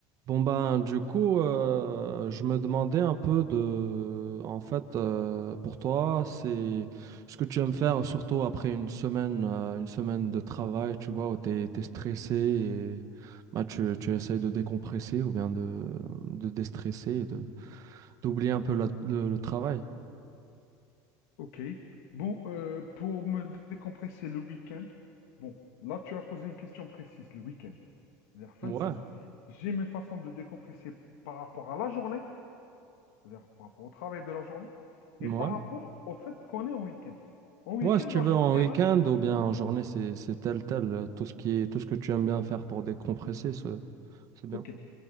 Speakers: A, on the right (about 45°); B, on the left (about 85°).
A: Bon ben du coup euh, je me demandais un peu de en fait euh, pour toi c'est ce que tu aimes faire surtout après une semaine euh, une semaine de travail tu vois où t'es t'es stressé et bah, tu, tu essayes de décompresser ou bien de, de déstresser et de d'oublier un peu la- le, le travail.
B: Ok. Bon, euh, pour me décompresser le week-end, bon, là tu as posé une question précise, le week-end, c'est-à-dire fin
A: Ouais,
B: de semaine. J'ai mes façons de décompresser par rapport à la journée, c'est-à-dire par rapport au travail de la journée, et
A: ouais.
B: par rapport au fait qu'on est en week-end. En week-end,
A: Ouais, si tu
B: en
A: veux
B: général,
A: en week-end ou bien en journée, c'est c'est tel tel euh, tout ce qui est tout ce que tu aimes bien faire pour décompresser, c'est c'est bien.
B: ok,